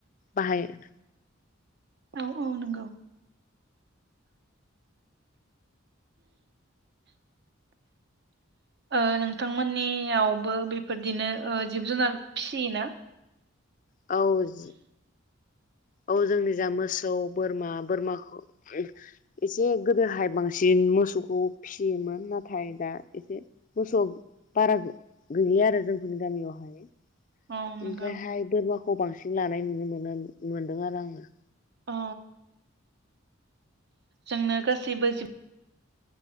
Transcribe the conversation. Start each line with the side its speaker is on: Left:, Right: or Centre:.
Left: बाहायो।
Right: औ औ नंगौ। ओ नोंथांमोननियावबो बेफोरदिनो ओ जिब जुनार फिसियोना?
Left: औज औ जोंनि जा मोसौ बोरमा बोरमाखौ एसे गोदोहाय बांसिन मोसौखौ फिसियोमोन। नाथाय दा एसे मोसौआ बारा गैलिया आरो जोंफोरनि गामियावहाय।
Right: औ नंगौ
Left: ओमफ्राय हाय बोरमाखौ खौ बांसिन लानाय नुनो मोनो मोनदों आरो आङो।
Right: अ जोंनो गासैबो जिब